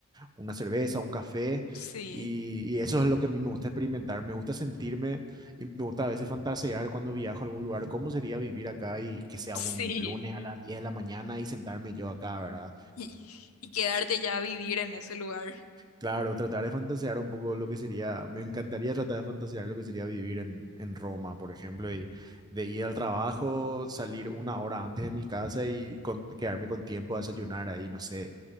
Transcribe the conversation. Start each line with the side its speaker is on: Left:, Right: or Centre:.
Right: una cerveza, un café,
Left: sí,
Right: y, y eso es lo que a mí me gusta experimentar, me gusta sentirme y me gusta a veces fantasear cuando viajo a algún lugar, cómo sería vivir acá y que sea
Left: sí.
Right: un lunes a las 10 de la mañana y sentarme yo acá, ¿verdad?
Left: y, y quedarte ya a vivir en ese lugar.
Right: Claro, tratar de fantasear un poco lo que sería, me encantaría tratar de fantasear lo que sería vivir en, en Roma, por ejemplo, y de ir al trabajo, salir una hora antes de mi casa y con- quedarme con tiempo a desayunar ahí, no sé,